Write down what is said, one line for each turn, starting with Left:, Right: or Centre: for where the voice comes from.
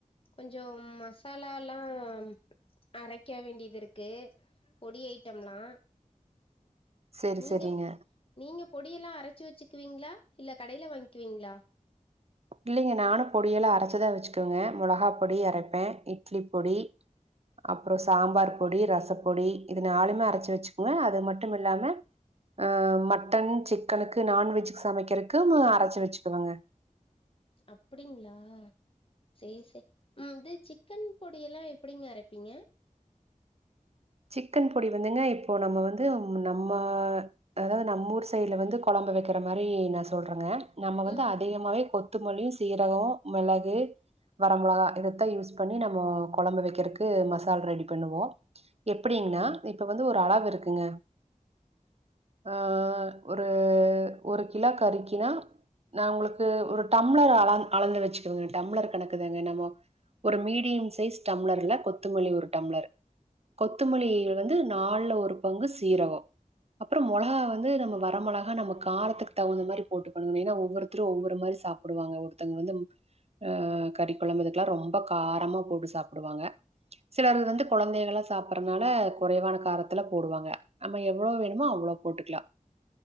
Left: கொஞ்சோ மசாலல்லாம் அரைக்க வேண்டிதிருக்கு பொடி ஐட்டம்லா
Right: சரி
Left: நீங்க
Right: சரிங்க.
Left: நீங்க பொடியெல்லா அரச்சி வச்சுக்குவீங்களா இல்ல கடேல வாங்கிகுவீங்களா
Right: இல்லிங்க நானு பொடியெல்லா அரச்சிதா வச்சிக்குவேங்க மொளகா பொடி அரைப்பே இட்லி பொடி அப்றோம் சாம்பார் பொடி ரசப்பொடி இது நாளுமே அரைச்சி வச்சிக்குவன் அது மட்டும் இல்லாம ஆ மட்டன் சிக்கனுக்கு நான்வெஜிக்கு சமைக்கிறக்கு மா அரைச்சி வச்சிக்குவங்க
Left: அப்டிங்கிளா சேரி சே ம் இது சிக்கன் பொடியெல்லா எப்டிங்க அரைப்பீங்க
Right: சிக்கன் பொடி வந்துங்க இப்போ நம்ம வந்து நம்ம அதாவது நம் ஊர் சைட்ல வந்து கொழம்பு வக்கிற மாரி நா சொல்றங்க நம்ம வந்து
Left: ம்
Right: அதிகமாவே கொத் த்த மல்லியு சீரகம் மெளகு வர மொளகா இதத்தா யூஸ் பண்ணி நம்மோ கொழம்பு வெக்கிறக்கு மசால் ரெடி பண்ணுவோ எப்டிங்னா இப்ப வந்து ஒரு அளவு இருக்குங்க ஆ ஒரு ஒரு கிலோ கறிக்கினா நா உங்களுக்கு ஒரு டம்ளர் அள அளந்து வச்சுக்குவேங்க டம்ளர் கணக்குதாங்க நம்மோ ஒரு மீடியம் சைஸ் டம்ளர்ல கொத்தமல்லி ஒரு டம்ளர் கொத்தமல்லில வந்து நால்ல ஒரு பங்கு சீரகோ அப்பறோ மொளகா வந்து நம்ம வர மொள ஆனா நம்ம காரத்துக்கு தகுந்த மாரி போட்டு பண்ணன்னு ஏன்னா ஒவ்வொருத்தரு ஒவ்வொரு மாரி சாப்டுவாங்க ஒருத்தங்க வந்து ஆ கறி கொழம்பு இதுக்கெல்லா ரொம்ப காரமா போட்டு சாப்டுவாங்க சிலரு வந்து கொழந்தைகளா சாப்றனால குறைவான காரத்துல போடுவாங்க நம்ம எவ்ளோ வேணுமோ அவ்ளோ போட்டுக்கிலா